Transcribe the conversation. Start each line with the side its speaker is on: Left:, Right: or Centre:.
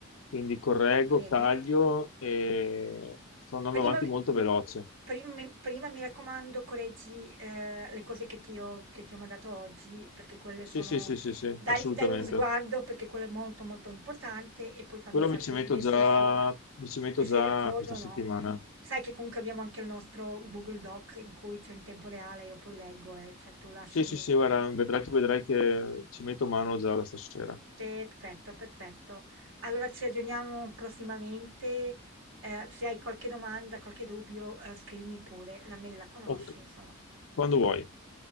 Left: Quindi correggo,
Right: Bene?
Left: taglio e sto andando
Right: Prima
Left: avanti
Right: mi
Left: molto veloce.
Right: prim mi prima mi raccomando correggi, ehm, le cose che ti ho che ti ho mandato oggi, perché quelle
Left: Sì,
Right: sono
Left: sì, sì, sì, sì,
Right: dai
Left: assolutamente.
Right: dai un sguardo perché quello è molto, molto importante e poi fammi
Left: Quello
Right: sapere
Left: mi ci metto già,
Right: se sei da
Left: mi ci metto
Right: se sei
Left: già
Right: d'accordo
Left: questa
Right: o
Left: settimana.
Right: no. Sai che comunque abbiamo anche il nostro Google Doc in cui cioè in tempo reale io poi leggo e cioè tu lasciami
Left: Sì, sì, sì, guarda, vedrai, tu vedrai che ci metto mano già da stasera.
Right: Perfetto, perfetto. Allora ci aggiorniamo prossimamente. eh, se hai qualche domanda, qualche dubbio, eh, scrivimi pure. La mail la conosci,
Left: Ok,
Right: insomma.
Left: Quando vuoi.